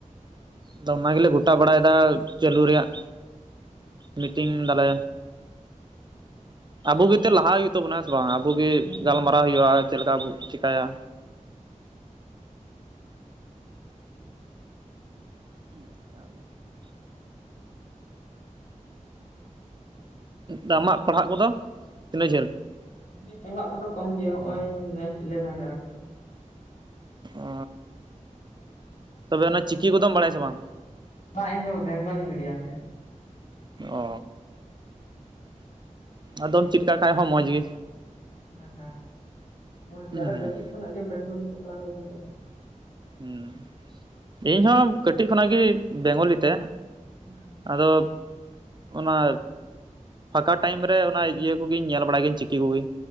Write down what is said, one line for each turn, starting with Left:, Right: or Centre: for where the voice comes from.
Right: ᱟᱫᱚ ᱚᱱᱟ ᱜᱮᱞᱮ ᱜᱚᱴᱟ ᱵᱟᱲᱟᱭ ᱫᱟ ᱪᱟᱹᱞᱩ ᱨᱮᱭᱟᱜ ᱢᱤᱴᱤᱝ ᱫᱟᱞᱮ ᱟᱵᱚ ᱜᱮᱛᱮ ᱞᱟᱦᱟ ᱦᱩᱭᱩᱜ ᱛᱟᱵᱚᱱᱟ ᱦᱮᱸ ᱥᱮ ᱵᱟᱝ ᱟᱵᱚᱜᱮ
Left: ᱦᱩᱸ
Right: ᱜᱟᱞᱢᱟᱨᱟᱣ ᱦᱩᱭᱩ ᱟ ᱪᱮᱫ ᱞᱮᱠᱟ ᱵᱚ ᱪᱮᱠᱟ ᱭᱟ <unintelligible> ᱫᱟ ᱟᱢᱟᱜ ᱯᱟᱲᱦᱟᱜ ᱠᱚᱫᱚ ᱛᱤᱱᱟᱹᱜ ᱡᱷᱟᱹᱞ
Left: ᱤᱧᱟᱹᱜ ᱯᱟᱲᱦᱟᱜ ᱠᱚᱫᱚ ᱠᱚᱢ ᱜᱮᱭᱟ ᱦᱚ ᱚᱭ ᱱᱮᱥ ᱤᱞᱮᱵᱷᱮᱱ ᱨᱮ ᱟᱨᱠᱤ
Right: ᱚ ᱛᱚᱵᱮ ᱚᱱᱟ ᱪᱤᱠᱤ ᱠᱚᱫᱚᱢ ᱵᱟᱲᱟᱭᱟ ᱥᱮ ᱵᱟᱝ
Left: ᱵᱟ ᱤᱧ ᱫᱚ ᱵᱮᱝᱜᱚᱞᱤ ᱢᱤᱰᱤᱭᱟᱢ ᱛᱮ
Right: ᱚᱻ ᱟᱫᱚᱢ ᱪᱤᱫᱠᱟ ᱠᱷᱟᱡ ᱦᱚᱸ ᱢᱚᱸᱡᱽ ᱜᱤ
Left: ᱦᱮᱸ ᱦᱮᱸ ᱢᱚᱡᱽ ᱜᱤ
Right: ᱦᱩᱸ
Left: ᱟᱫᱚ ᱠᱟᱹᱴᱤᱡ ᱠᱷᱚᱱᱟᱜ ᱜᱮ ᱵᱮᱝᱜᱚᱞᱤ ᱛᱮ ᱯᱟᱲᱦᱟᱣ ᱦᱩᱭ ᱠᱟᱱᱟ ᱛᱚ
Right: ᱦᱩᱸ ᱤᱧ ᱦᱚᱸ ᱠᱟᱹᱴᱤᱡ ᱠᱷᱚᱱᱟᱜ ᱜᱤ ᱵᱮᱝᱜᱚᱞᱤ ᱛᱮ
Left: ᱦᱸ
Right: ᱟᱫᱚ ᱚᱱᱟ ᱯᱷᱟᱸᱠᱟ ᱴᱟᱭᱤᱢ ᱨᱮ ᱚᱱᱟ ᱤᱭᱟᱹ ᱠᱚᱜᱮᱧ ᱧᱮᱞ ᱵᱟᱲᱟᱭ ᱜᱤᱭᱟᱹᱧ ᱪᱤᱠᱤ ᱠᱩᱜᱤ